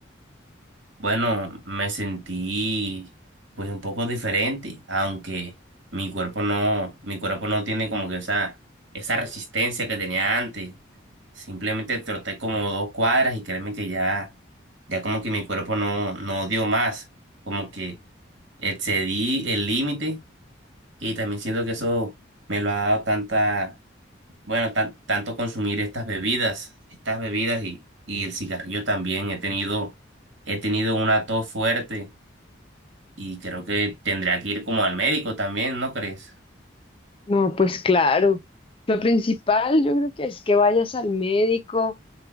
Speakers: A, on the right; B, on the left.
A: Bueno, me sentí pues un poco diferente, aunque mi cuerpo no, mi cuerpo no tiene como que esa, esa resistencia que tenía antes. Simplemente troté como dos cuadras y créeme que ya, ya como que mi cuerpo no, no dio más, como que excedí el límite y también siento que eso me lo ha dado tanta bueno, tan- tanto consumir estas bebidas, estas bebidas y, y el cigarrillo también. He tenido, he tenido una tos fuerte y creo que tendría que ir como al médico también, ¿no crees?
B: No, pues claro. Lo principal yo creo que es que vayas al médico